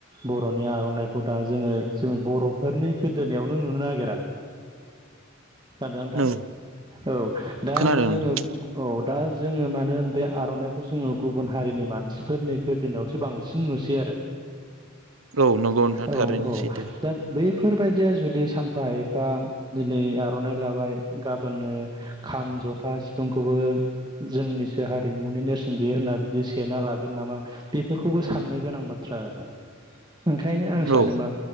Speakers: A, on the right (about 20°); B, on the right (about 75°).
A: बर'निआव दा जोङो जों बर'फोरनि गोदोनायावनो नुनो नागिरा। जादों आोंथां
B: औ
A: औ दा
B: खोनादों
A: होनदों जोङो
B: नोंथां
A: औ दा जोङो मानो होन बे आर'नाइखौ जोङो गुबुन हारिनि मानसिफोरनि गोदोनायावसो बांसिन नुसै आरो
B: औ नंगौ नोंथां
A: औ
B: थारैनो
A: औ
B: सैथो
A: दा बे बेफोरबायदिया जुदि सानफा एफा दिनै आर'नाइ लाबाय गाबोननो खाम जथा सिफुंखौबो जोंनिसो हारिमुनि नेरसोन बियो होनना बिदि सना लागोन नामा बेफोरखौबो साननो गोनां बाथ्रा बाथ्रा आरो ओंखायनो आं सान
B: औ
A: मा